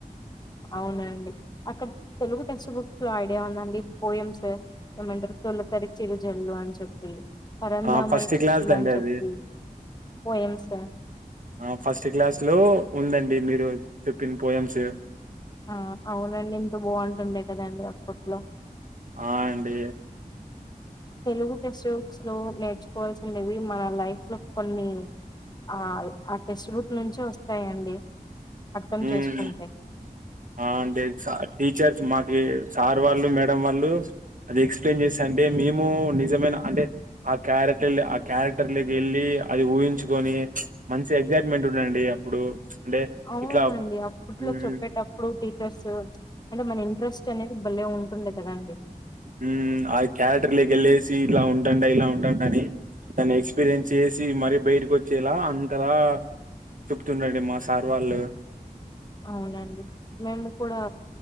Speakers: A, on the left; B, on the right.
A: అవునండి. అక్కడ తెలుగు టెక్స్ట్ బుక్స్ లో ఐడియా ఉందండి పోయిమ్స్ ఏమంటారు తొలితరి చిరుజల్లు అని చెప్పి పరంధామయ్య
B: ఆ ఫస్ట్
A: శిశులు
B: క్లాస్ త అండి
A: అని చెప్పి
B: అది
A: పోయమ్స్
B: ఆ ఫస్ట్ క్లాస్ లో ఉందండి మీరు చెప్పన్ పోయంమ్స్
A: ఆ అవునండి ఇంత బాగుంటుండే కదండి అప్పట్లో
B: ఆ అండి
A: తెలుగు టెక్స్ట్ బుక్స్ లో నేర్చుకోవాల్సిినవి మన లైఫ్లో కొన్ని ఆ ఆ టెక్స్ట్ బుక్ నుంచే వస్తాయంండి అర్థం
B: ఉమ్
A: చేసుకుంటే
B: ఆ అంటే టీచర్స్ మాకి సార్ వాళ్ళు మేడం వాళ్ళు అది ఎక్స్ప్లెయిన్ చేస్తా అంటే మేము నిజమైన అంటే ఆ క్యారెక్టర్ ఆ క్యారెక్టర్ లోకి వెళ్ళి అది ఊహించుకొని మంచి ఎక్జైట్మెంట్ ఉండండి అప్పుడు అంటే
A: అవునండి
B: ఇట్లా
A: అప్పట్లో
B: మ్మ్,
A: చెప్పేటప్పుడు టీచర్స్ అంటే మన ఇంట్రెస్ట్ అనేది భలే ఉంటుండ కదండడి
B: హామ్ ఆ క్యారటర్లోకి వెళ్ళేసి ఇలా ఉంటాం ఇలా ఉంటాం అని దాన్ని ఎక్స్పీరియన్స్ చేసి మరీ బయటకి వచ్చేలా అంతలా చెప్తుండండి మా సార్ వాళ్ళు
A: అవునండి మేము కూడా